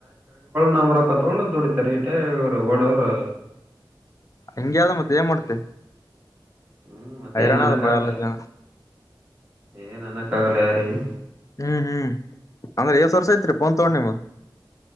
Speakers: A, on the right; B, on the left.
A: ನಮ್ಮ ರೊಕ್ಕ ತೊಗೊಂಡ ದುಡಿತಾರ ಈಟ ಇವರು ಬಡವರು
B: ಹೆಂಗ ಆದ ಮತ್ತೆ ಏನ್ ಮಾಡ್ತಿ
A: ಹ್ಮ್ ಮತ್ತ
B: ಹೈರಾಣ
A: ಏನ್ ಅನಕ್ಕ
B: ಅದಪ್ಪಾ
A: ಆಗಲ್ಲ
B: ಎಲ್ಲ
A: ಯಾರಿಗೆ
B: ಜನ
A: ಏನ್ ಅನಕ್ಕ ಆಗಲ್ಲ ಯಾರಿಗೆ.
B: ಹ್ಮ್ ಹ್ಮ್ ಅಂದ್ರೆ ಎಷ್ಟ್ ವರ್ಷ ಐತ್ರಿ ಫೋನ್ ತಗೋಡೇನವ